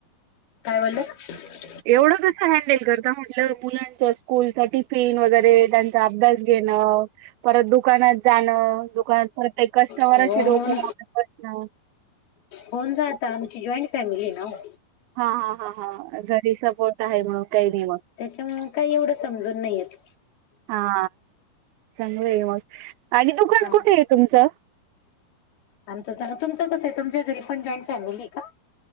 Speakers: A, on the left (about 85°); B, on the right (about 80°).
A: काय बोललात?
B: एवढंच कस हँडल करता म्हटलं मुलांच स्कूलचा टिफिन वगैरे त्यांचा अभ्यास घेणं अ परत दुकानात जाणं, दुकानात परत ते कस्टमराशी
A: हो होऊन
B: डोकं लावत बसणं.
A: होऊन जातं आमची जॉईंट फॅमिली आहे ना वो.
B: हा, हा, हा, हा. घरी सपोर्ट आहे मग. काही नाही
A: त्याच्यामुळं काय समजून नाहीयेत.
B: हा चांगलं आहे मग आणि दुकान
A: हा.
B: कुठे आहे तुमचं?
A: आमचं सांग तुमचं कसं आहे तुमच्या घरी पण जॉईन फॅमिली आहे का?